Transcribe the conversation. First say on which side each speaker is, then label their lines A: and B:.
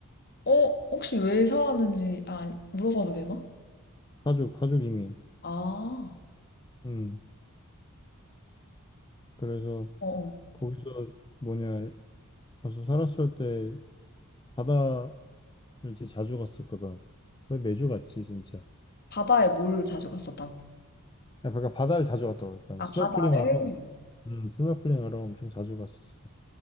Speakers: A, on the left; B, on the left.
A: 어, 혹시 왜 살았는지 아, 물어봐도 되나?
B: 가족, 가족 이민.
A: 아,
B: 음, 그래서
A: 어, 어.
B: 거기서 뭐냐, 가서 살았을 때 바다를 진짜 자주 갔었거든. 거의 매주 갔지, 진짜.
A: 바다에 뭘 자주 갔었다고?
B: 그러니까 바다를 자주 갔다 고 그러니까
A: 아, 바다를?
B: 스노클링하러 음, 스노클링 하러 엄청 자주 갔었어.